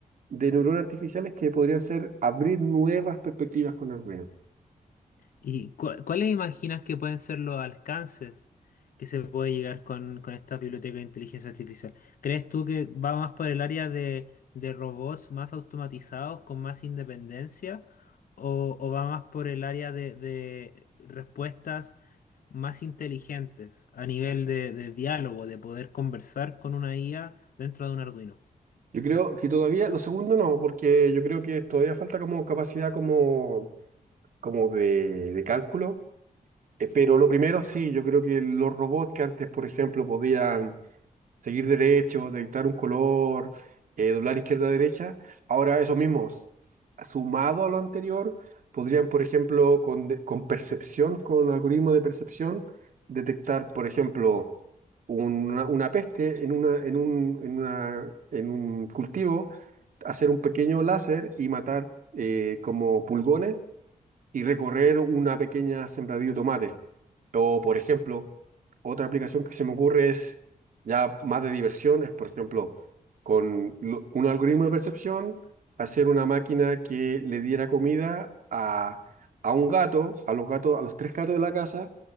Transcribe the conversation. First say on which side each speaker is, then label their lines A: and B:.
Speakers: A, on the right (about 70°); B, on the left (about 75°).
A: de neuronas artificiales que podrían ser abrir nuevas perspectivas con Arduino.
B: ¿Y cua- cuáles imaginas que pueden ser los alcances que se puede llegar con, con esta biblioteca de inteligencia artificial? ¿Crees tú que va más por el área de, de robots más automatizados, con más independencia? ¿O, o va más por el área de, de respuestas más inteligentes a nivel de, de diálogo, de poder conversar con una IA dentro de un Arduino?
A: Yo creo que todavía, lo segundo no, porque yo creo que todavía falta como capacidad como, como de, de cálculo Eh, Pero lo primero, sí, yo creo que los robots que antes, por ejemplo, podían seguir derecho, detectar un color, eh, doblar izquierda a derecha, ahora esos mismos, sumado a lo anterior, podrían, por ejemplo, con, de- con percepción, con algoritmo de percepción, detectar, por ejemplo, una, una peste en una, en un, en una, en un cultivo, hacer un pequeño láser y matar eh, como pulgones y recorrer una pequeña sembradilla de tomate. O, por ejemplo, otra aplicación que se me ocurre es ya más de diversión, es, por ejemplo, con lo- un algoritmo de percepción, hacer una máquina que le diera comida a, a un gato, a los gatos, a los tres gatos de la casa,